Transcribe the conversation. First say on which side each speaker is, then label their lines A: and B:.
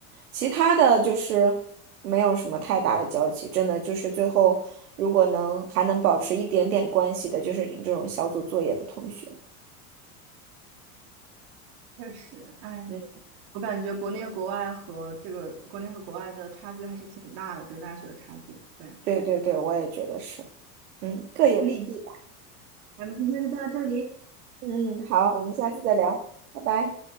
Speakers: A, on the right (about 85°); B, on the right (about 60°).
A: 其他的就是没有什么太大的交集，真的就是最后如果能还能保持一点点关系的，就是你这种小组作业的同学。
B: 确实，哎，
A: 嗯，
B: 我感觉国内和国外和这个国内和国外的差距还是挺大的，这个大学的差距。对，
A: 对对对，我也觉得是，嗯，各有利弊吧。
B: 嗯，咱们今天就到这里。
A: 嗯，嗯好，我们下次再聊，拜拜。